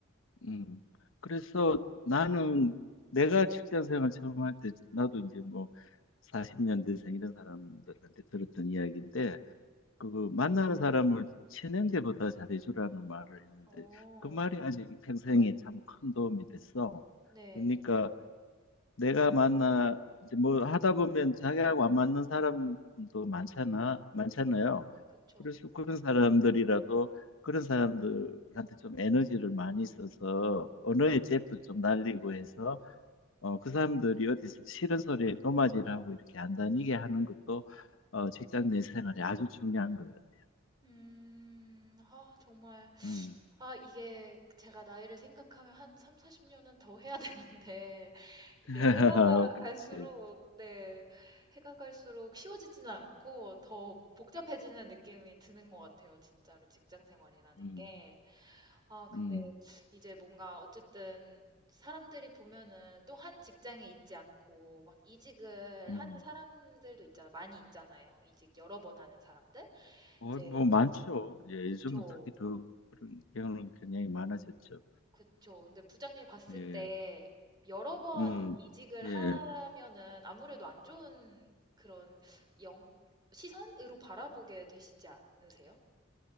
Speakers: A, on the left; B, on the right.
A: 음. 그래서 나는 내가 직장 생활 처음 할 때 나도 이제 뭐 40년대생 이런 사람들한테 들었던 이야기인데 그 만나는 사람을 친형제보다 잘해주라는 말을 했는데
B: 어,
A: 그 말이 아직 평생에 참 큰 도움이 됐어.
B: 네,
A: 그러니까 내가 만나 이제 뭐 하다 보면 자기하고 안 맞는 사람도 많잖아, 많잖아요.
B: 네, 그쵸.
A: 그래서 그런 사람들이라도 그런 사람들한테 좀 에너지를 많이 써서 언어의 잽도 좀 날리고 해서 어, 그 사람들이 어디서 싫은 소리에 노마질하고 이렇게 안 다니게 하는 것도 어, 직장 내 생활에 아주 중요한 것 같아요.
B: 음, 아, 정말.
A: 음.
B: 아, 이게 제가 나이를 생각하면 한 3, 40년은 더 해야 되는데, <laughs> 이게
A: <laughs>
B: 해가
A: 그렇지.
B: 갈수록, 네, 해가 갈수록 쉬워지지는 않고 더 복잡해지는 느낌이 드는 것 같아요, 진짜로. 직장 생활이라는
A: 음.
B: 게. 아, 근데
A: 음.
B: 이제 뭔가 어쨌든 사람들이 보면은 또 한 직장에 있지 않고 막 이직을
A: 음.
B: 하는 사람들도 있잖아, 많이 있잖아요. 이직 여러 번 하는 사람들?
A: 어,
B: 이제,
A: 뭐 많죠. 예,
B: 그쵸.
A: 요즘은 특히 더 그런 경우는 굉장히 많아졌죠.
B: 그쵸. 근데 부장님이 봤을
A: 예.
B: 때 여러 번
A: 음.
B: 이직을
A: 예.
B: 하면은 아무래도 안 좋은 그런 영, 시선으로 바라보게 되시지 않으세요?